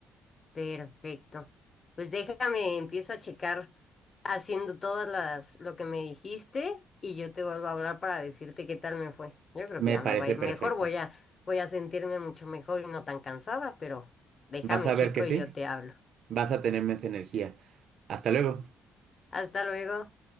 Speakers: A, on the left (about 40°); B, on the right (about 65°).
A: perfecto. Pues déjame, empiezo a checar haciendo todas las lo que me dijiste y yo te vuelvo a hablar para decirte qué tal me fue. Yo creo
B: Me
A: que ya
B: parece
A: me va a ir
B: perfecto.
A: mejor, voy a voy a sentirme mucho mejor y no tan cansada, pero déjame
B: Vas a
A: checo
B: ver que sí,
A: y yo te hablo.
B: vas a tener más energía. Hasta luego.
A: Hasta luego.